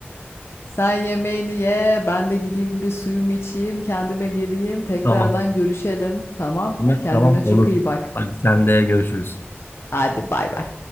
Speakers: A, on the left (about 80°); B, on the left (about 60°).
A: Sen yemeğini ye, ben de gideyim bir suyumu içeyim, kendime geleyim, tekrardan
B: Tamam.
A: görüşelim. Tamam?
B: Tamam,
A: Kendine
B: tamam
A: çok
B: olur.
A: iyi bak.
B: Hadi sen de görüşürüz.
A: Hadi bay bay.